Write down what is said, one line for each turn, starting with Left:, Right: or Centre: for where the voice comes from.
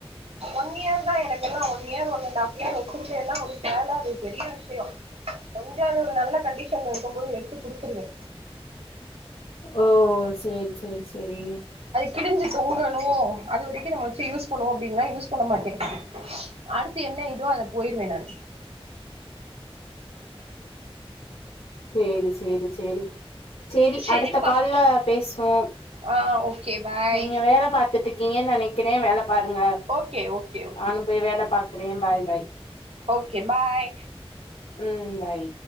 Right: ஒன் இயர் தா என என் ஒன் இயர் ஒன்னன்டாவ் இயர் வெச்சிருச்ச எல்லா ஒரு சேல அது பெரிய விஷயம் கொஞ்சோ அது ஒரு நல்ல கண்டிஷன்ல இருக்கும் போது எடுத்து குடுத்துருவே
Left: ஓ சேரி சேரி சேரி
Right: கிழஞ்சு தொங்கணு அது வரைக்கு நம்ம வெச்சு யூஸ் பண்ணுவோ அப்டின்லா யூஸ் பண்ண மாட்டே அடுத்து என்ன இதோ அத போய்ருவ நானு
Left: சேரி சேரி சேரி சேரி
Right: செரிப்பா
Left: அடுத்த கால்ல பேசுவோ
Right: ஆ ஓகே பாய்
Left: நீங்க வேல பாத்துட்டுக்கீங்கன்னு நெனைக்கிற வேல பாருங்க
Right: ஓகே ஓகே ஓகே
Left: நானும் போய் வேல பாக்குறே பாய் பாய்
Right: ஓகே பாய்
Left: ம் பாய்